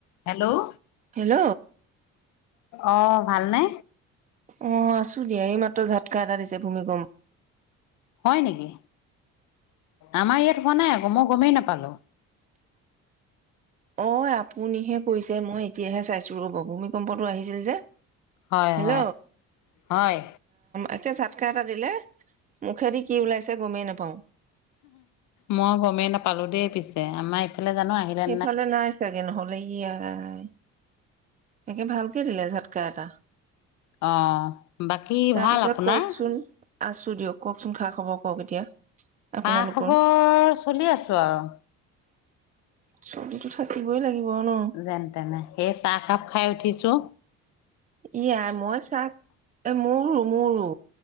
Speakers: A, on the left; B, on the right.
A: Hello
B: hello
A: আহ ভাল নে।
B: অ আছো দিয়া এই মাত্ৰ ঝাতকা এটা দিছে ভূমিকম্প।
A: হয় নেকি আমাৰ ইয়াত হোৱা নাই আকৌ মই গমেই নাপালো।
B: অ আপুনিহে কৈছে মই এতিয়াহে চাইছো ৰব ভূমিকম্পটো আহিছিল যে।
A: হয়
B: হেল্ল
A: হয় হয়
B: এতিয়া ঝাতকা এটা দিলে মুখেদি কি ওলাইছে গমেই নাপাওঁ
A: মই গমেই নাপালো দেই পিছে আমাৰ ইফালে জানো আহিলে
B: সেইফালে নাই চাগে নহলে ইয়াই একে ভালকে দিলে ঝাটকা এটা
A: আহ বাকী
B: তাৰপিছত
A: ভাল আপোনাৰ
B: কওকচোন আছো দিয়ক কওকচোন খা খবৰ কওক এতিয়া আপোনালোকৰ
A: খা খবৰ চলি আছো আৰু
B: ছবিটো থাকিবই লাগিব ন
A: যেনে তেনে হে চা একাপ খাই উঠিছোঁ
B: ইয়াই মই চাক এ মোৰ ৰু মোৰ ৰু